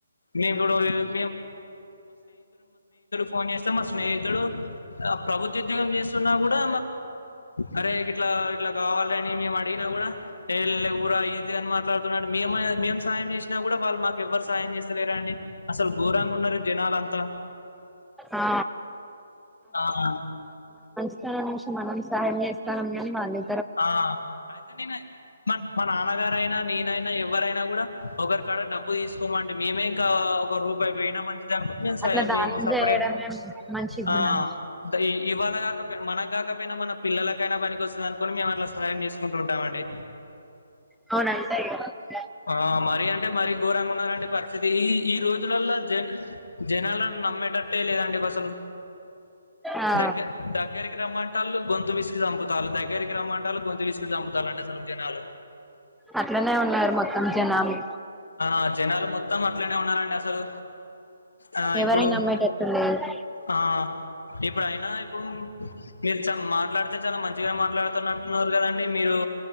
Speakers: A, on the left; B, in the centre.
A: నేమ్ కూడా ఇప్ ఫోన్ చేస్తే మా స్నేహితుడు ప్రభుత్వ ఉద్యోగం చేస్తున్నా కూడా అరే ఇట్లా ఇట్లా కావాలని మేము అడిగిన కూడా ఏ లేవుర్రా ఇది అనిమా ట్లాడుతున్నాడు మేము మేము సాయం చేసినా కూడా వాళ్ళు మాకు ఎవ్వరు సాాయం చేస్తలేరండి. అసలు ఘోరంగా ఉన్నారు. ఈ జనాలంతా
B: ఆ
A: ఆహ
B: కా నిమిషం మనం సహాయం చేస్తనం కానీ వాళ్ళే
A: ఆ అయితే నేనే మన్ మా నాన్నగారైనా నేనైన్ న ఎవరైనావ్ కూడా ఒకరి కాడ డబ్బు తీసుకోమమంటే, మేమే ఇంకా ఒక రూపాయి బేయినా మంచిదే అనుకొని,
B: అట్లా
A: మేమ్
B: దానం
A: <unintelligible> సప్పడే
B: చేయడమే మంచి
A: ఆ
B: గుణం
A: ఇంతే ఇ ఇవాళ కాకపోయి, మనకు కాకపోయినా మన పిల్లలకైనా పనికి వస్తుదని. మేము అట్లా సహయం చేసుకుంటు ఉంటాంమండి
B: అవునా అంతే క
A: ఆ మరీ అంటే మరీ ఘోరంగా ఉన్నారంండి పరిస్థితి ఈ ఈ రోజులలో జెన్స్ జనాలను నమ్మేటట్టే లేదండి ఫస్ట్ హలో
B: ఆ
A: దగ్గర దగ్గరికి రమ్మంటాలు గొంతు పిసికి చంపుతాలు దగ్గరికి రమ్మంటారు గొంతు విసుకి చంపు అలాంటి చలుకనేలలు
B: అట్లనే ఉండాలా మొత్తం జనాలు
A: ఆ జనాలు మొత్తం మ ఇట్లనే ఉన్నారు అండి అసలు ఆ
B: ఎవరిని
A: ఇప్పుడు
B: నమ్మేటట్టు
A: మ్
B: లేదు
A: ఆ ఇప్పుడు అయినా ఇప్పుడు మ్ మీరు చ మాట్లాడితే చాలా మంచిగా మాట్లాడుతున్నట్టున్నారు కదండి. మీరు